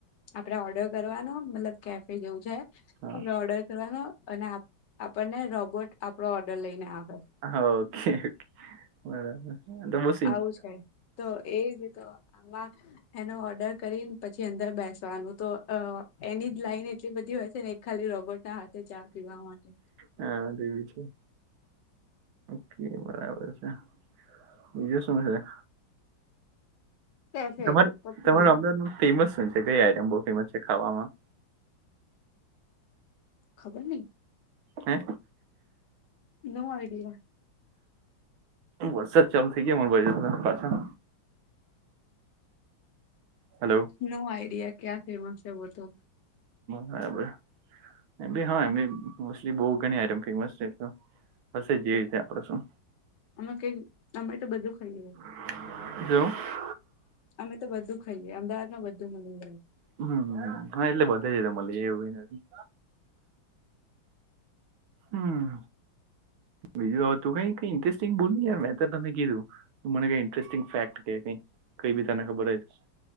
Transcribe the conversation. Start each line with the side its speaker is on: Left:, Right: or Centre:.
Left: આપડે ઓર્ડર કરવાનો મતલબ કેફે જેવું છે
Right: હા
Left: આપ ઓર્ડર કરવાનો અને આપણને રોબોટ આપડો ઓર્ડર લઈને આવે
Right: હા ઓકે ઓકે બરાબર બ
Left: આવું છે તો એજી તો આમાં એનો ઓર્ડર કરીને પછી અંદર બેસવાનું તો એની જ લાઈન એટલી બધી હોય છે ને ખાલી રોબોટ ના હાથે ચા પીવા માટે
Right: હા તેવીી છે બરાબર છે વિ શ છે
Left: કેફે
Right: તમારે
Left: પતી
Right: તમારા
Left: ગયું
Right: અમદાદ ન ફેમસ છે કઈ આઈટમ બહ ફેમસ છે ખાવામાં
Left: ખબર નહી
Right: હે
Left: નો આઈડિયા
Right: વરસાદ ચાલુ થઇ ગયા માર ભાઈ પાછા હલો
Left: નો આઈડિયા ક્યાં ફેમસ છે વ તો
Right: બરાબર એમ હા એમ મોલી બહ ગણમ ફેમસ બ જેવી રી છે આપડે શું
Left: અમે કઈક અમે તો બધું ખાઈએએ
Right: હ
Left: અમે તો બધું ખાઈએ અમદાવાદ માં બધું મીએ
Right: હમ હા એટલે બધે છે મળી એવું ક નથી હમ બીજું તું કઈ ઇન્ટરેસ્ટિંગ બોલ યાર મેં તમે કીધું મને કઈ ઇન્ટરેસ્ટિંગ ફેક્ટ કે કઈ કઈ બી તને ખબર હો